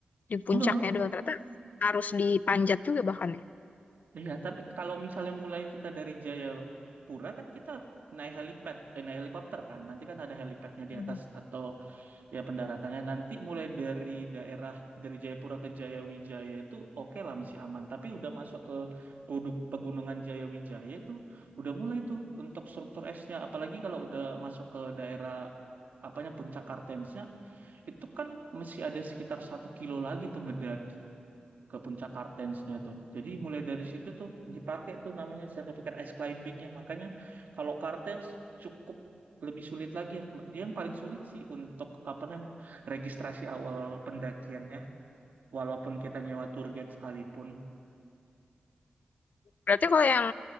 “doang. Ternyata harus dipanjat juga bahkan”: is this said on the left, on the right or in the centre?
Left